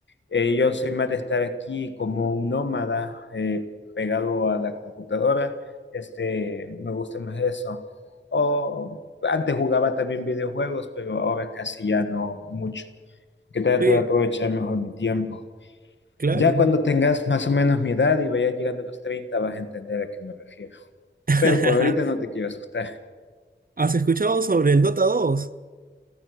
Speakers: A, on the left; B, on the right.
A: Eh, yo soy más de estar aquí como un nómada eh, pegado a la computadora. Este, me gusta más eso. O, antes jugaba también videojuegos, pero ahora casi ya no mucho. Que trato
B: Sí,
A: de aprovechar mejor mi tiempo.
B: claro.
A: Ya cuando tengas más o menos mi edad y vayas llegando a los 30 vas a entender a qué me refiero.
B: <laughs>
A: Pero por ahorita no te quiero asustar.
B: ¿Has escuchado sobre el Dota 2?